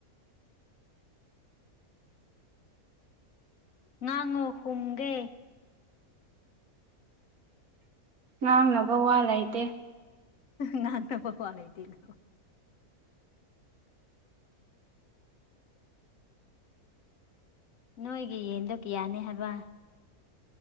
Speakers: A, on the left (about 65°); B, on the right (about 75°).
A: ꯉꯥꯡꯉꯨ ꯈꯨꯝꯒꯦ
B: ꯉꯥꯡꯅꯕ ꯋꯥ ꯂꯩꯇꯦ
A: ꯉꯥꯟ ꯇ ꯐ ꯋꯥ ꯂꯩꯇꯦ ꯅꯀꯣ ꯅꯣꯏꯒꯤ ꯌꯦꯟꯗꯣ ꯀꯌꯥꯅꯤ ꯍꯥꯏꯕ